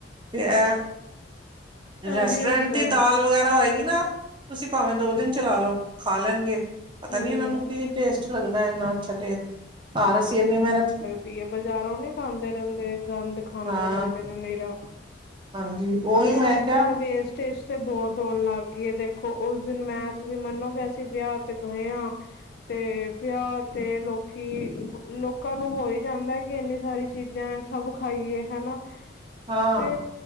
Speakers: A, on the right; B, on the left.
A: ਤੇ ਇਹ ਰੈਸਟੋਰੈਂਟ
B: ਇਹ ਵੀ ਹੁੰਦਾ
A: ਦੀ ਦਾਲ ਵਗੈਰਾ ਹੋਏਗੀ ਨਾ ਤੁਸੀਂ ਭਾਵੇਂ ਦੋ ਦਿਨ ਚਲਾ ਲੋੋ। ਖਾ ਲੈਣਗੇ ਪਤਾ
B: ਹਮ
A: ਨੀ ਇਹਨਾਂ ਨੂੰ ਕੀ ਟੇਸਟ ਲੱਗਦਾ ਇੰਨਾ। ਅੱਛਾ! ਕਿ ਘਰ ਅਸੀਂ ਇਨੀ ਮਿਹਨਤ
B: ਦੀ ਬਜ਼ਾਰੋਂ ਨੀ ਖਾਂਦੇ ਰਹਿੰਦੇ ਗੰਦ ਖਾਂਦੇ
A: ਹਾਂ
B: ਰਹਿੰਦੇ ਨੇ ਨਿਰਾ ‌।
A: ਹਾਂਜੀ ਉਹੀ
B: ਅਰੇ
A: ਮੈਂ
B: ਅੱਜ-ਕੱਲ
A: ਕਿਹਾ
B: ਵੇਸਟ ਟੇਜ ਤੇ ਬਹੁਤ ਹੋਣ ਲੱਗ ਗਈ ਏ ਦੇਖੋ ਉਸ ਦਿਨ ਮੈਂ ਤੁਸੀਂ ਮੰਨੋਗੇ ਅਸੀਂ ਵਿਆਹ ਤੇ ਗਏ ਆ।
A: ਹੂੰ! <inaudible>
B: ਤੇ ਵਿਆਹ ਤੇ ਲੋਕੀਂ ਕਿ ਲੋਕਾਂ ਨੂੰ ਹੋ ਹੀ ਜਾਂਦਾ ਕਿ ਇੰਨੀ ਸਾਰੀ ਚੀਜ਼ਾਂ ਸਭ ਖਾਈਏ ਹਨਾ।
A: ਹਾਂ!
B: ਤੇ